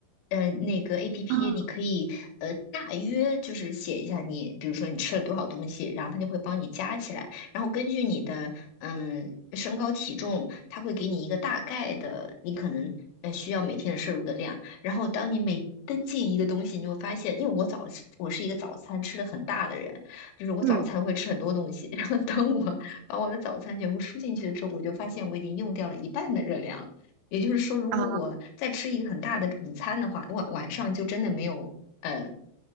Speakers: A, on the left (about 80°); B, on the right (about 85°).
A: 呃，那个 app
B: 啊，
A: 你可以呃大约就是写一下你，比如说你吃了多少东西，然后它就会帮你加起来，然后根据你的嗯、身高体重，它会给你一个大概的你可能嗯需要每天的摄入的量，然后当你每登进一个东西，你就会发现，因为我早我是一个早餐吃的很大的人，就是我早餐会吃很多东西，
B: 嗯。
A: <laughs> 然后当我把我的早餐全部输进去了之后，我就发现我已经用掉了一半的热量了也就是说，如果我再吃一个很大的午餐的话，
B: 啊，
A: 晚晚上就真的没有呃